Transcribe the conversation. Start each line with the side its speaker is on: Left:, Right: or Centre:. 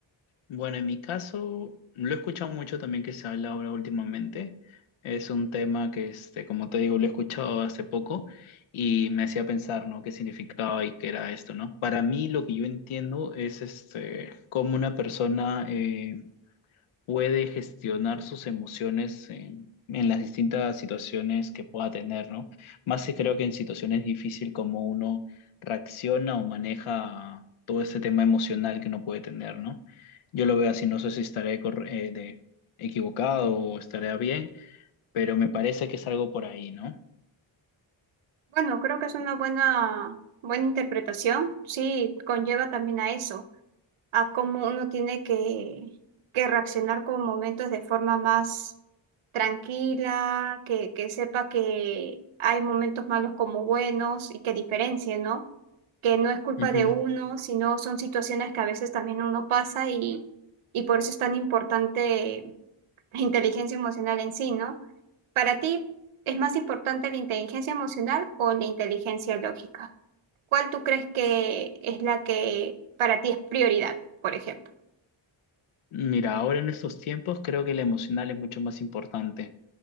Left: Bueno, en mi caso, lo he escuchado mucho también que se habla ahora últimamente. Es un tema que, este, como te digo, lo he escuchado hace poco y me hacía pensar, ¿no? ¿Qué significaba y qué era esto, ¿no? Para mí, lo que yo entiendo es, este, cómo una persona eh, puede gestionar sus emociones en, en las distintas situaciones que pueda tener, ¿no? Más si creo que en situaciones difíciles como uno reacciona o maneja todo este tema emocional que uno puede tener, ¿no? Yo lo veo así, no sé si estaré corre- eh, de, equivocado o estaré bien, pero me parece que es algo por ahí, ¿no?
Right: Bueno, creo que es una buena, buena interpretación. Sí, conlleva también a eso. a cómo uno tiene que, que reaccionar con momentos de forma más tranquila, que, que sepa que hay momentos malos como buenos y que diferencie, ¿no? Que no es culpa
Left: Ujú.
Right: de uno, sino son situaciones que a veces también uno pasa y, y por eso es tan importante la inteligencia emocional en sí, ¿no? Para ti, ¿es más importante la inteligencia emocional o la inteligencia lógica? ¿Cuál tú crees que es la que para ti es prioridad, por ejemplo?
Left: Mira, ahora en estos tiempos creo que el emocional es mucho más importante.